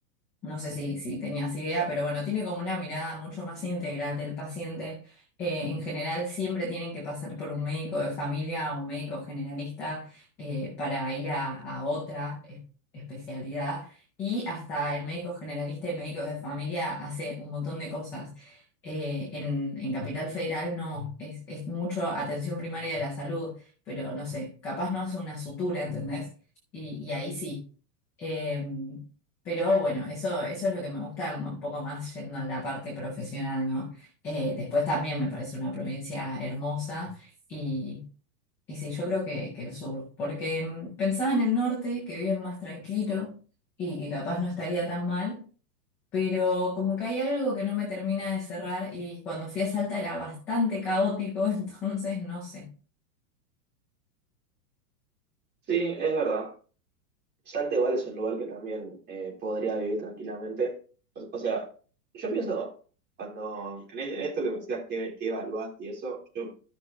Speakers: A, in the centre; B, on the right.
A: no sé si, si tenías idea, pero bueno, tiene como una mirada mucho más integral del paciente. Eh, en general, siempre tienen que pasar por un médico de familia o un médico generalista eh, para ir a, a otra es- especialidad. Y hasta el médico generalista y médicos de familia hace un montón de cosas. Eh, en, en Capital Federal no, es, es mucho atención primaria de la salud, pero no sé, capaz no hace una sutura, ¿entendés? Y, y ahí sí. Em, pero bueno, eso, eso es lo que me gusta un poco más yendo a la parte profesional, ¿no? Eh, después también me parece una provincia hermosa y, y sí, yo creo que, que el sur, porque mm, pensaba en el norte, que viven más tranquilo y que capaz no estaría tan mal, pero como que hay algo que no me termina de cerrar y cuando fui a Salta era bastante caótico, <laughs> entonces no sé.
B: Sí, es verdad. Salta igual es un lugar que también eh, podría vivir tranquilamente. O, o sea, yo pienso, cuando en, e- en esto que me decías que, que evaluás y eso, yo